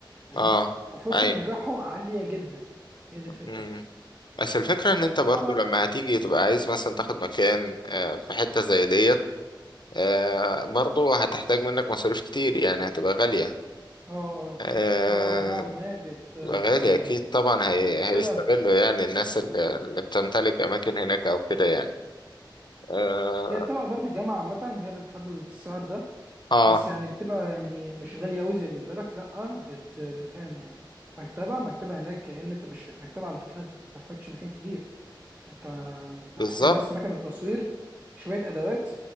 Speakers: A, on the right; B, on the left.
A: فاهمني
B: اه
A: وفرصة
B: ايوه
A: نجاحه عالية جدا هي دي الفكرة
B: مم.
A: بس
B: بس الفكرة ان انت برضو
A: طبعا
B: لما هتيجي تبقى عايز مثلا تاخد مكان آه، في حتة زي ديت آه، برضو هتحتاج منك مصاريف كتير يعني هتبقى غالية
A: اه اه
B: آه،
A: اه نوعا ما بت... بتبقى
B: هتبقى غالية
A: غالية
B: اكيد طبعا هي... هيستغلوا
A: بتبقى
B: يعني الناس اللي اللي بتمتلك اماكن هناك او كده يعني اه,
A: هي بتبقى إدارة الجامعة عامة هي اللي بتحدد السعر ده
B: آه
A: بس يعني بتبقى يعني مش غالية أوي زي اللي في بالك لأ بت... بتقام يعني مكتبة مكتبة هناك كأن أنت مش مكتبة على فكرة أنت ما بتحتاجش مكان كبير انت
B: بالظبط
A: انت محتاج بس مكنه تصوير شويه ادوات